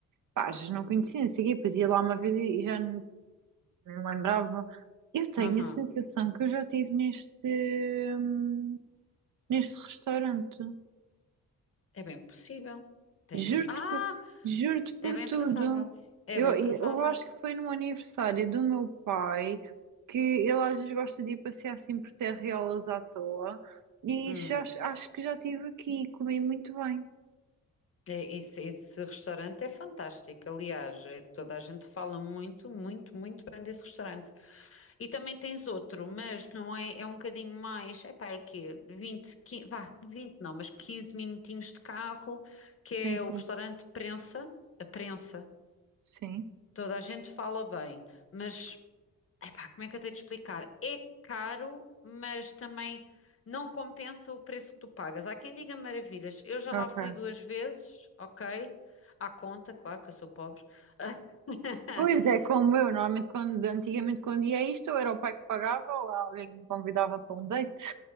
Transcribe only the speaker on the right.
pá, às vezes não conhecia, não sei o quê, depois ia lá uma vez e já nem nem me lembrava. Eu tenho
a sensação que eu já estive neste, hum, neste restaurante.
Juro-te
por, juro-te por
tudo.
Eu,
eu
acho que foi no aniversário do meu pai que ele às vezes gosta de ir passear assim por terreolas à toa e
já, acho que já estive aqui e comi muito bem.
Sim,
sim,
sim.
Ok.
Pois é, como eu, normalmente quando, antigamente quando ia a isto, ou era o pai que pagava ou alguém que me convidava para um date.